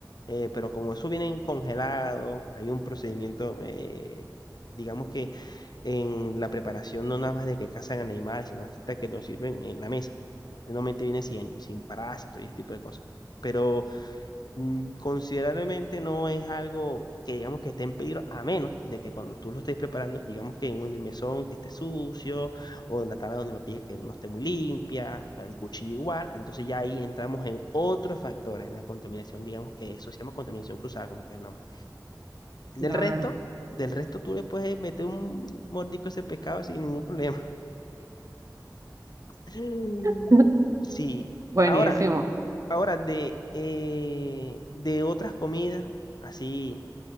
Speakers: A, on the left; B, on the right.
A: eh, pero como eso viene congelado, hay un procedimiento, eh, digamos que en la preparación no nada más de que cazan al animal, sino hasta que lo sirven en la mesa. Normalmente viene sin, ani- sin parásitos y ese tipo de cosas. Pero mm, considerablemente no es algo que digamos que esté en peligro, a menos de que cuando tú lo estés preparando, digamos que en un mesón que esté sucio, o en la tabla donde lo piques que no esté muy limpia, el cuchillo igual, entonces ya ahí entramos en otros factores, en la contaminación, digamos que eso se llama contaminación cruzada, como que es el nombre. Del
B: Claro.
A: resto, del resto tú le puedes meter un mordisco a ese pescado sin ningún problema. <laughs>
B: <laughs>
A: Sí.
B: Buenísimo.
A: Ahora, ahora de, eh, de otras comidas, así.